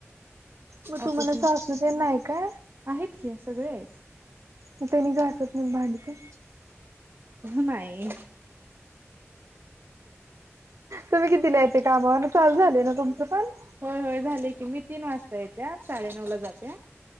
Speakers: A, on the right (about 85°); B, on the right (about 50°).
A: मग
B: ऑफिस
A: तुम्हाला असासल ते नाही का
B: आहेत की सगळे आहेत
A: म तेनी घासत नाहीत भांडी तेन
B: नाही
A: तुम्ही कितीला ते कामावरून चालू झालय ना तुमचं पण
B: होय होय झालय की मी तीन वाजता येत्या साडेनऊ ला जात्या